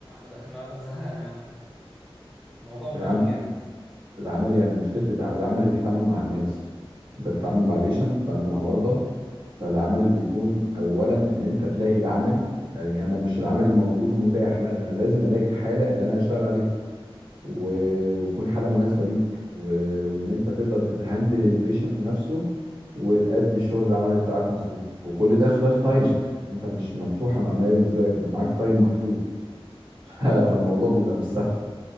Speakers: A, in the centre; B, on the right.
A: ده احنا زهقنا يعني. الموضوع
B: العملي
A: ممل جدا
B: العملي انا مشكلتي تع- العملي فيه تعامل مع الناس انت بتتعامل مع بيشنت بتتعامل مع مرضى فالعملي بيكون اولا ان انت تلاقي العملي يعني انا مش العملي موجود ومتاح لا ده انا لازم الاقي الحاله اللي انا هشتغل عليها و- وتكون حاله مناسبه ليك و- وان انت تقدر تتهندل البيشنت نفسه وتأدي الشغل العملي بتاعك مظبوط وكل ده خلال تايم يعني انت مش مفتوحه العمليه بالنسبه لك انت معاك تايم محدود <laughs> فالموضوع بيبقى مش سهل